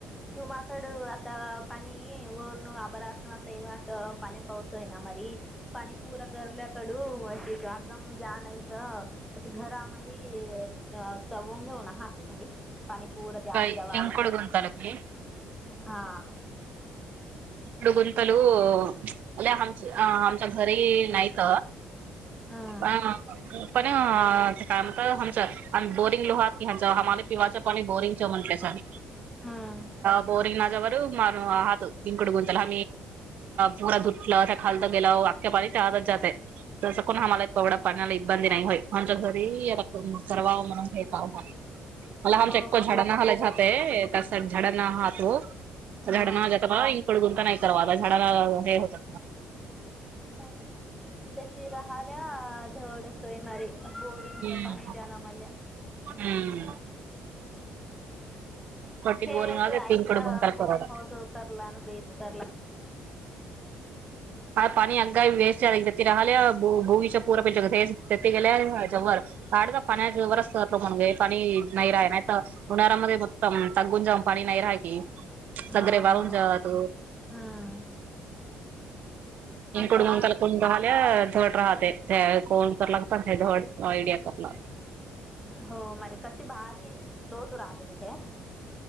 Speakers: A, in the centre; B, on the right.
A: तुमकड आता पाणी र न अबरात न आता येवं पाणी पाऊस आहे ना मरी पाणी पूर गरल्याकडून होशी अदम जाणयच घरामध्ये तवून घेऊन हाकी मारी पाणीपूरत
B: काय
A: आत
B: इंकड
A: जवालं
B: गुंतल की इंकड
A: हां
B: इकड गुंतलू अ आमच आमच्या घरीही नाहीत
A: हम्म
B: पण पण ते काम हमसर बोरिंग लोहााती हमारे क वाच आणि बोरिंग म्हंट ले
A: हम्म
B: बोरिंगवर हात पिंकड गुंतला. पूर्ण धुतलं. त्या खालून गेलं. पाणी त्या हातात जातंय. पण आम्हाला एवढं पडण्याला इबंदी नाही होय, आमच्या घरी परवा म्हण का? अलं, हम.
A: हो
B: चको
A: की
B: झाडाखाली जातो. तसं झाडणं आहात हो.
A: हा
B: अं, हाडण जातं, वाईट काढून नाही करावं. झाडाला हे होतं.
A: अशी तशी राहायला धडत नाही. सोयमारी बोरिंगचं
B: हम्म
A: पाणी गढूळ झालं.
B: हम्म. कटी
A: हे
B: बोरिंग
A: तर आयडिया
B: तीनकड गुंताला
A: कोण
B: कराव
A: होत होता न बेस करला.
B: <unintelligible> सगळे
A: हो
B: वाळून
A: हो
B: जातात.
A: हम्म
B: <unintelligible>
A: आता
B: <unintelligible>
A: हो मारे कशी भारी लोतू राहतो कुठे?